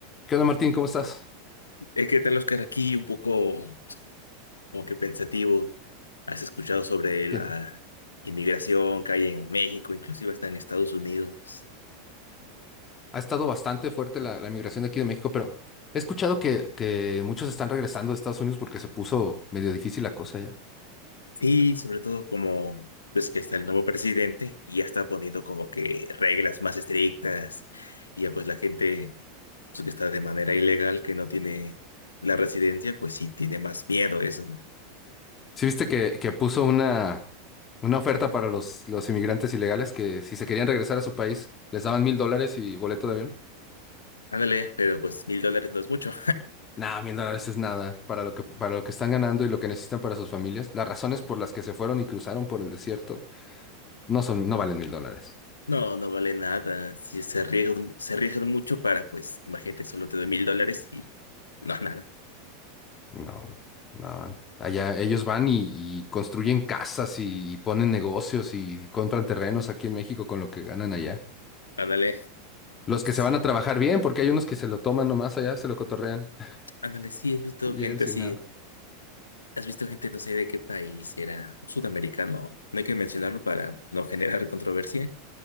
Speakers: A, on the left; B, on the left.
A: ¿Qué onda, Martín? ¿Cómo estás?
B: Eh, ¿qué tal, Oscar? Aquí un poco como que pensativo. ¿Has escuchado sobre
A: ¿Qué-
B: la inmigración que hay en México, inclusive hasta en Estados Unidos?
A: Ha estado bastante fuerte la, la migración de aquí de México, pero he escuchado que, que muchos están regresando de Estados Unidos porque se puso medio difícil la cosa ya.
B: Sí, sobre todo como ves que está el nuevo presidente y ya está poniendo como que reglas más estrictas y ya pues la gente pues, que está de manera ilegal, que no tiene la residencia, pues sí tiene más miedo a eso. ¿no?
A: ¿Sí viste que, que puso una, una oferta para los, los inmigrantes ilegales que si se querían regresar a su país les daban mil dólares y boleto de avión?
B: Ándale, pero pues mil dólares no es mucho.
A: Nah, mil dólares es nada para lo que, para lo que están ganando y lo que necesitan para sus familias. Las razones por las que se fueron y cruzaron por el desierto no son, no valen mil dólares.
B: No, no vale nada. Si se arriesgan, se arriesgan mucho para, pues, imagínate, solo te doy mil dólares y no, nada.
A: No, no. Allá ellos van y, y construyen casas y, ponen negocios y compran terrenos aquí en México con lo que ganan allá.
B: Ándale.
A: Los
B: Sí,
A: que se van a trabajar bien, porque hay unos que se lo toman nomás allá, se lo cotorrean,
B: ándale, sí,
A: <laughs>
B: has visto
A: y llegan
B: gente
A: sin
B: así.
A: nada.
B: Has visto gente, no sé de qué país si era, sudamericano. No hay que mencionarlo para pues, no generar controversia,